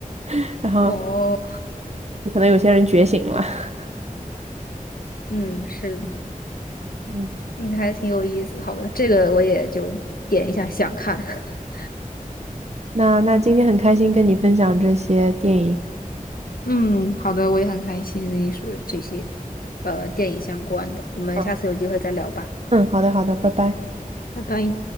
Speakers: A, on the right (about 50°); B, on the left (about 85°).
A: <laughs> 然后
B: <laughs> 哦，
A: 可能有些人觉醒了。<laughs>
B: 嗯，是的，
A: 嗯
B: 嗯，还挺有意思。好吧，这个我也就点一下想看。<laughs>
A: 那那今天很开心跟你分享这些电影。
B: 嗯，好的，我也很开心跟你说这些呃电影相关的，我们下次有机会再聊吧，
A: 嗯，嗯，好的好的，拜拜。
B: 拜拜。